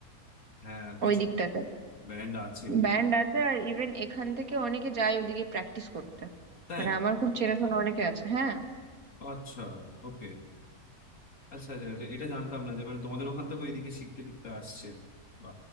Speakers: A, on the left (about 55°); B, on the right (about 65°).
A: হ্যাঁ কিছু
B: ওই দিকটাতে
A: ব্যান্ড আছে কিছু
B: ব্যান্ড আছে আর ইভেন এখান থেকে অনেকে যায় ওদিকে প্র্যাকটিস করতে
A: তাই
B: মানে আমার খুব চেনাশোনা অনেকে আছে হ্যাঁ
A: আচ্ছা ওকে আচ্ছা আচ্ছা আচ্ছা, এটা জানতাম না যে মানে তোমাদের ওখান থেকে এদিকে শিখতে টিখতে আসছে বা